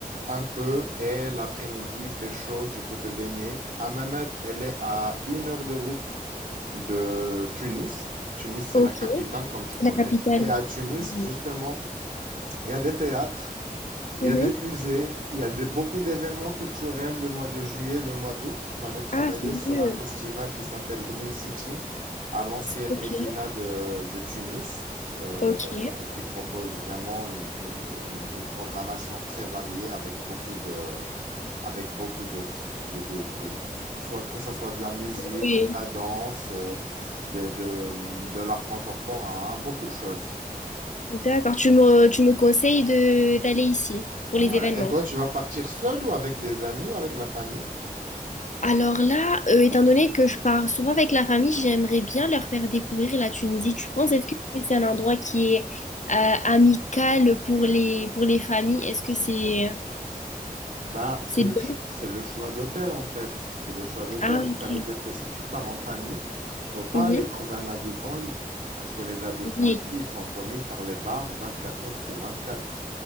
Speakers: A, on the right (about 65°); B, on the left (about 50°).
A: un peu, et l'après-midi, il fait chaud, tu peux te baigner. Hammamet, elle est à une heure de route de Tunis. Tunis, c'est
B: Ok.
A: la capitale,
B: C'est
A: comme tu connais.
B: la capitale.
A: Et à Tunis,
B: Mhm.
A: justement, il y a des théâtres. Il
B: Mhm.
A: y a des musées, il y a des, beaucoup d'événements culturels le mois de juillet, le mois d'août. Moi, j'ai travaillé
B: Ah, sérieux?
A: sur un festival qui s'appelle Dream City à l'ancienne
B: Ok.
A: Médina de, de Tunis, euh,
B: Ok.
A: qui propose vraiment une, une- une programmation très variée avec beaucoup de, avec beaucoup de, de, de- de- soit que ça soit de la musique,
B: Oui.
A: de la danse, euh, des- de, de l'art contemporain, hein, beaucoup de choses.
B: D'accord. Tu me, tu me conseilles de d'aller ici pour
A: Ouais.
B: les événements.
A: Et toi, tu vas partir seul ou avec des amis ou avec la famille?
B: Alors là, euh, étant donné que je pars souvent avec la famille, j'aimerais bien leur faire découvrir la Tunisie. Tu penses, est-ce que c'est un endroit qui est euh, amical pour les, pour les familles? Est-ce que c'est
A: Bah, c'est
B: c'est
A: le,
B: bien?
A: ch- c'est le choix d'hôtel en fait. C'est le choix d'hôtel.
B: Ah,
A: Ça
B: ok.
A: veut dire que si tu pars en famille, faut pas
B: Mhm.
A: aller dans un adulte en lit. Parce que les adultes
B: Oui,
A: en lit, ils sont connus par les bars 24 heures sur 24,